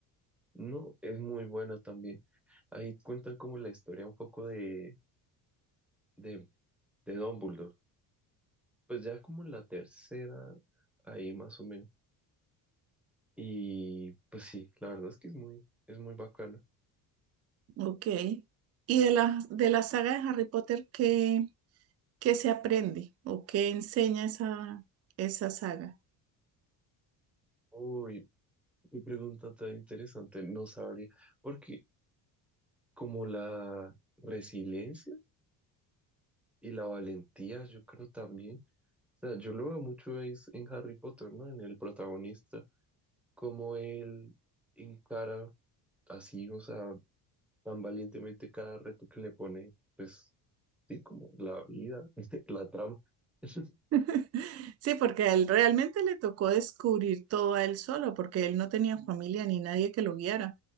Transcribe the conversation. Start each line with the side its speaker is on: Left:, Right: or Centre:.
Centre: No, es muy bueno también. Ahí cuentan como la historia un poco de, de, de Dumbledore. Pues ya como en la tercera, ahí más o menos. Y pues sí, la verdad es que es muy, es muy bacana.
Right: Ok. Y de la, de la saga de Harry Potter, ¿qué, qué se aprende o qué enseña esa, esa saga?
Centre: Uy, qué pregunta tan interesante. No sabría, porque como la resiliencia y la valentía, yo creo también. O sea, yo lo veo mucho es en Harry Potter, ¿no? En el protagonista, como él encara así, o sea, tan valientemente cada reto que le pone, pues sí, como la vida, <laughs> la trama, <laughs>
Right: <laughs> Sí, porque a él realmente le tocó descubrir todo a él solo, porque él no tenía familia ni nadie que lo guiara.